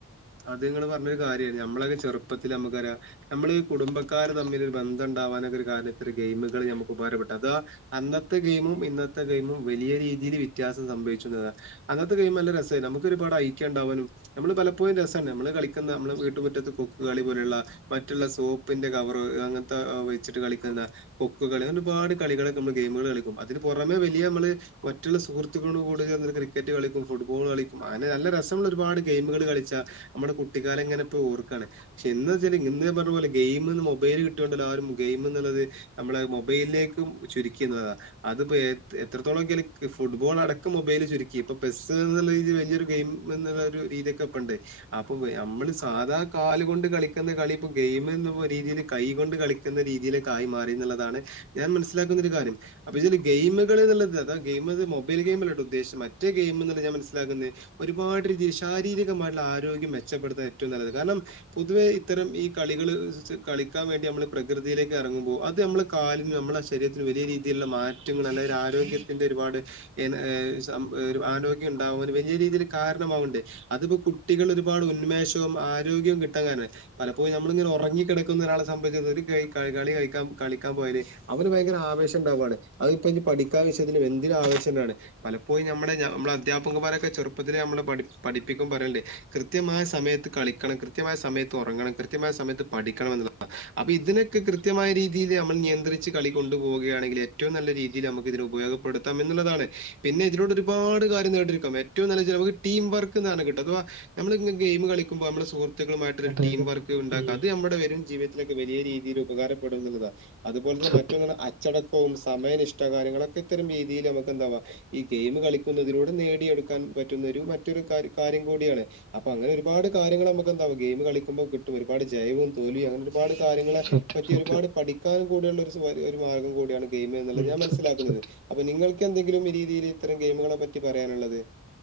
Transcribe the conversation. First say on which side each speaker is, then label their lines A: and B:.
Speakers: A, on the right; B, on the right.
A: അത് ഇങ്ങള് പറഞ്ഞത് കാര്യാണ് നമ്മളൊക്ക ചെറ്പ്പത്തില് ഞമ്മക്കറിയാം നമ്മളീ ഈ കുടുംബക്കാര് തമ്മിലൊര് ബന്ധണ്ടാവാനൊക്ക ഒര് കാര്ണത്തില് ഗെയിമ്കള് നമ്മക്ക് ഉപകാരപ്പെട്ട ഇതാ അന്നത്തെ ഗെയിമും ഇന്നത്തെ ഗെയിമും വലിയ രീതിയില് വ്യത്യാസം സംഭവിച്ചു ഇന്ന്ള്ളത അന്നത്തെ ഗെയിം നല്ല രസെരുന്നു നമ്മക്ക് ഒരുപാട് അയ്ക്കുണ്ടാവാനും നമ്മള് പല ഇപ്പഴും രസ്സണ് ഞമ്മള് കളിക്ക്ന്ന ഞമ്മളെ വീട്ട്മുറ്റത്ത് കൊക്ക് കളി പോലുള്ള മറ്റുള്ള സോപ്പിന്റെ കവറ് അങ്ങൻത്തെ വെച്ച്ട്ട് കളിക്ക്ന്ന കൊക്ക് കളി അങ്ങനെ ഒരുപാട് കളിളൊക്കെ ഞമ്മള് ഗെയിമ്കള് കളിക്കും. അതിന് പൊറമെ വലിയ ഞമ്മള് മറ്റുള്ള സുഹൃത്തുക്കളോട് കൂടെ ചേർന്ന് ക്രിക്കറ്റ് കളിക്കും ഫുട്ബോള് കളിക്കും അങ്ങനെനല്ല രസള്ള ഒരുപാട് ഗെയിമ്കള് കളി ച്ച നമ്മുടെ കുട്ടിക്കാലം ഇങ്ങനെപ്പോ ഓർക്കയാണ് പക്ഷെ ഇന്ന് വെച്ചാല് ഇന്ന് പറഞ്ഞ പോലെ ഗെയിമ്ന്ന് മൊബൈല് കിട്ടോണ്ട് ആരും ഗെയിമ് ന്ന്ള്ളത് നമ്മളെ മൊബൈൽലേക്കും ചുരുക്കി എന്നത അത്പ്പോ എത് എത്രത്തോളം എൻകെലിക്ക് ഫുട്ബോള അടക്കം മൊബൈല് ചുരുക്കി ഇപ്പ പെസ്സ്ന്ന്ള്ള രീതില് വല്യൊരു ഗെയിമ് വന്ന്ള്ള ഒരു രീതിഒക്ക ഇപ്പണ്ട് അപ്പൊ ഞമ്മള് സാധാ കാല് കൊണ്ട് കളിക്ക്ന്ന കളി ഇപ്പൊ ഗെയിമ്ന്നാ രീതിയില് കൈ കൊണ്ട് കളി ക്ക്ന്ന രീതിയിലേകായി മാറി ന്ന്ള്ളതാണ് ഞാൻ മനസ്സിലാക്ക്ന്ന ഒര് കാര്യം അപൊ ഇതില് ഗെയിമ്കള് ന്ന്ള്ളത് അത ഗെയിമ് അത് മൊബൈൽ ഗെയിമല്ലട്ടൊ ഉദ്ദേശിച്ചെ മറ്റെ ഗെയിമ് ന്ന്ള്ള ഞാൻ മനസ്സിലാക്ക്ന്നെ ഒരുപാട് രീതില് ശാരീരികമായിട്ട്ള ആരോഗ്യം മെച്ചപ്പെടുത്താൻ ഏറ്റവും നല്ലത കാരണം പൊതുവെ ഇത്തരം ഈ കളികള് ഇച്ച് കളിക്കാൻ വേണ്ടി ഞമ്മള് പ്രകൃതിയിലേക്ക് എറങ്ങുമ്പൊ അത് ഞമ്മള് കാല്ന് നമ്മളെ ശരീരത്തിന് വലിയ രീതിയില്ള്ള മാറ്റങ്ങള് നല്ല ഒരു ആരോഗ്യത്തിൻ്റെ ഒരുപാട് എന്ന് ഏഹ് സം ഒരു ആരോഗ്യ ഇണ്ടാവാൻ വല്യ രീതില് കാരണമാവ്ണ്ട് അതിപൊ കു ട്ടികള് ഒരുപാട് ഉന്മേഷം ആരോഗ്യം കിട്ടാൻ കാരണം പലപ്പോഴും ഞമ്മളിങ്ങനെ ഒറങ്ങി കെടക്ക്ന്ന ഒരാളെ സംബന്ധിച്ച് ഒര് കയ് കളി കഴിക്ക കളിക്കാൻ പോയാല് അവന് ഭയങ്കര ആവേശ ഇണ്ടാവാണ് അത്പ്പ ഇനി പഠിക്ക വിഷയത്തിലും എന്തിനു ആവേശ ഇണ്ടാണ് പലപ്പോഴും ഞമ്മടെ ഞമ്മള അധ്യാപകമാരൊക്കെ ചെറുപ്പത്തില് ഞമ്മളെ പഠി പഠപ്പിക്കും പറയണ്ട് കൃത്യമായ സമയത്ത് കളിക്കണം കൃത്യമായ സമയത്ത് ഒറങ്ങണം കൃത്യമായ സമയത്ത് പഠിക്കണം എന്നാ ണ് അപ്പൊ ഇതിനൊക്കെ കൃത്യമായ രീതിയില് ഞമ്മൾ നിയന്ത്രിച്ച് കളി കൊണ്ട് പോകയാണെങ്കില് ഏ റ്റവും നല്ല രീതില് ഞമ്മക്ക് ഇതിനെ ഉപയോഗപ്പെടുത്താം എന്ന്ള്ളതാണ് പിന്നെ ഇതിനോട് ഒരുപാട് കാര്യം നേടിക്കാം ഏറ്റവും നല്ലച്ച നമുക്ക് ടിംവർക്ക്ന്നാണ് കിട്ട അഥവ ഞമ്മള് ഇങ് ഗെയിമ് കളിക്കുമ്പോ ഞമ്മളെ സുഹൃത്തുളുമായിട്ടൊര്
B: അതെ
A: ടീമ്
B: അതെ
A: വർക്ക് ഇണ്ടാക്ക
B: ഉം
A: അത് നമ്മടെ വരും ജീവി ത്തിലൊക്കെ വലിയ രീതില് ഉപകാരപ്പെടുന്ന്ള്ളത അത്പോലതെ
B: സത്യം.
A: മറ്റൊന്ന് അച്ചട കോം സമയനിഷ്ട കാര്യങ്ങളൊക്ക ഇത്തരം രീതില് ഞമക്ക് എന്താവ ഈ ഗെയിമ് കളിക്കുന്നതിലൂടെ നേടിയെടുക്കാൻ പറ്റുന്ന ഒരു മറ്റൊരു കാര്യം കൂടിയാണ് അപ്പൊ അങ്ങനെ ഒരുപാട് കാര്യങ്ങള് ഞമ്മക്കെന്തവും ഗെയിമ് കളിക്കുമ്പൊ കിട്ടും ഒരുപാട് ജയവും തോൽവി അങ്ങനൊരു ഒരുപാട് കാര്യങ്ങളെ
B: സത്യം
A: പറ്റി
B: സത്യം
A: ഒരുപാട് പഠിക്കാനും കൂടിഉള്ളൊരുസു ഒര് ഒര് മാർഗം കൂടിയാണ് ഗെയിമ്ന്ന്ള്ളത്
B: ഉം
A: ഞാൻ മനസ്സിലാക്ക്ന്നത്
B: സത്യം സത്യം
A: അപ്പൊ നിങ്ങൾക്ക് എന്തെങ്കിലും രീതിയില് ഇത്തരം ഗെയിമുകളെ പറ്റി പറയാന്ള്ളത്